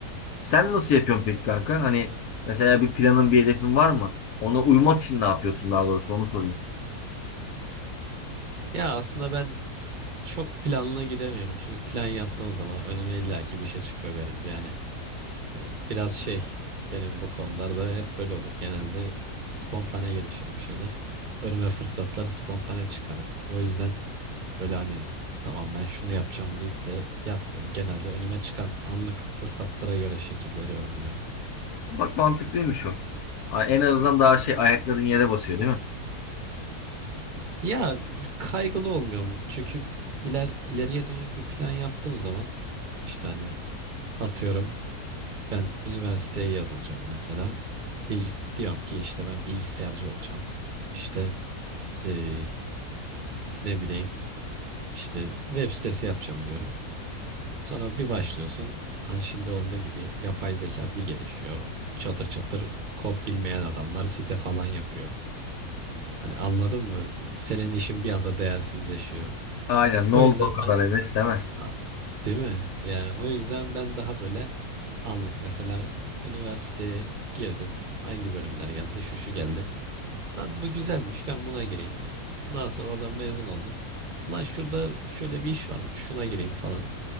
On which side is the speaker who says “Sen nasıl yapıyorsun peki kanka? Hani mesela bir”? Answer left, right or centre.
Left